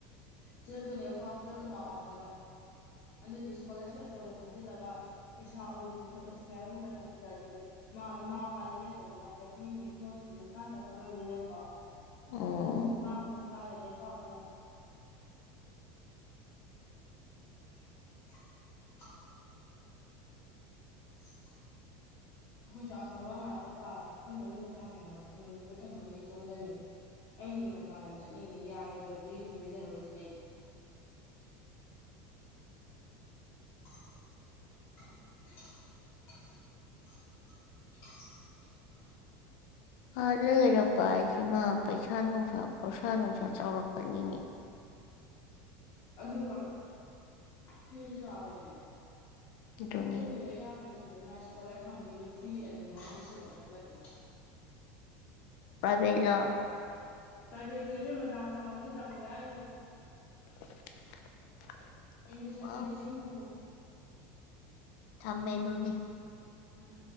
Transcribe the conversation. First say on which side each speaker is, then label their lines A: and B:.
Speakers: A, on the left (about 45°); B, on the left (about 60°).
A: ꯇꯨꯋꯜꯞꯇ ꯂꯥꯢꯔꯤꯛ ꯄꯥꯎ ꯇꯨꯋꯜꯐꯇꯨ ꯃꯥꯛ ꯋꯥꯡꯍꯜꯂꯣ ꯑꯗꯨꯗꯤ ꯏꯁꯀꯣꯂꯔꯁꯤꯞ ꯑꯆꯧꯕ ꯊꯥꯖꯤꯜꯂꯒ ꯏꯁꯥ ꯎꯗꯤꯟꯒꯨꯝꯕ ꯏꯟꯁꯄꯤꯌꯔꯒꯨꯝꯕ ꯊꯥꯖꯤꯜꯂꯑꯗꯤ ꯃꯥ ꯃꯃꯥ ꯃꯄꯥꯗ ꯌꯦꯠꯇꯕꯤꯗ ꯃꯥ ꯆꯍꯤ ꯑꯃꯒꯤ ꯈ꯭ꯔꯣꯁꯇꯨꯗꯤ ꯃꯁꯥ ꯇꯧꯖ ꯉꯝꯗꯣꯏ ꯅꯠꯇ꯭ꯔꯣ
B: ꯑꯣ
A: ꯑꯗꯨꯗꯤ ꯃꯅꯥ ꯃꯊꯨꯝ ꯇꯥꯗꯦ ꯂꯥꯢꯔꯤꯛ ꯄꯥꯎꯑꯣꯁꯨ ꯌꯥꯗꯦ <inaudible> <inaudible> ꯑꯩꯈꯣꯏꯁꯨ ꯑꯐꯕ ꯉꯥꯛꯇ ꯄꯥꯝꯃꯤ ꯑꯩꯈꯣꯏ ꯃꯔꯤ ꯃꯇꯥ ꯃꯌꯥꯝ ꯃꯔꯛꯇ ꯃꯅꯤꯄꯨꯔ ꯇꯝꯍꯧꯔꯤꯁꯤ ꯏꯇꯣꯝꯗꯅꯤ ꯑꯩꯅ ꯍꯦꯅ ꯃꯄꯥꯟ ꯂꯝ ꯆꯠꯅꯤꯡꯉꯦ ꯌꯥꯔꯣꯏꯗꯕꯗꯨꯒꯤ ꯇꯨꯃꯤꯟ ꯂꯩꯍꯧꯔꯤꯁꯤꯅꯦ ꯑꯩ <inaudible> <inaudible>
B: ꯑꯥꯗ ꯂꯩꯔꯛꯄ ꯍꯥꯏꯁꯦ ꯃꯥ ꯄꯩꯁꯥ ꯅꯨꯡꯁꯥ ꯈꯣꯔꯁꯥ ꯅꯨꯡꯁꯥ ꯆꯥꯎꯔꯛꯀꯅꯤꯅꯦ
A: ꯑꯗꯨꯒ ꯐꯤꯁꯨ ꯆꯥꯎꯔꯤꯅꯤ
B: ꯑꯗꯨꯅꯤ
A: ꯑꯩꯈꯣꯏꯅ ꯂ ꯌꯥꯝ ꯍꯩꯈꯤꯗꯅ ꯏꯁꯀꯣꯂꯔ ꯐꯪꯈꯤꯅꯤ ꯐ꯭ꯔꯤ ꯑꯗꯨꯝ ꯐꯪꯅꯤ ꯈꯣꯠꯅꯤ ꯍꯥꯏꯁꯨ ꯅꯠꯇꯦ
B: ꯄꯔꯥꯏꯕ‌ꯦꯠꯂꯣ
A: ꯄ꯭ꯔꯥꯏꯚꯦꯠꯇꯅꯤ ꯏꯕ‌ꯦꯝꯃ ꯗꯥꯎꯟ ꯆꯥꯎꯟꯗꯅꯤ ꯇꯝꯒꯦ ꯍꯥꯏꯁꯦ
B: <inaudible>
A: ꯑꯦꯠꯃꯤꯁꯟꯗ
B: ꯑ
A: ꯂꯤꯁꯤꯡ ꯍꯨꯝꯐꯨ
B: ꯊꯃꯦꯑꯗꯨꯗꯤ
A: ꯎꯝ